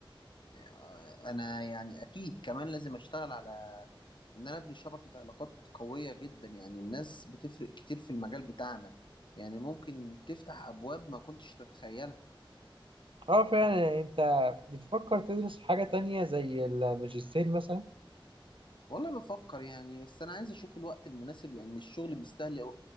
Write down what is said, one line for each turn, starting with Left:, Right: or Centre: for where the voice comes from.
Left: آه، انا يعني اكيد كمان لازم اشتغل على ان انا ابني شبكة علاقات قوية جدا يعني الناس بتفرق كتير في المجال بتاعنا يعني ممكن تفتح ابواب ما كنتش تتخيلها
Right: اه فعلا يعني انت بتفكر تدرس حاجه تانية زي الماجستير مثلا
Left: والله بفكر يعني بس انا عايز اشوف الوقت المناسب لان الشغل بيستهلك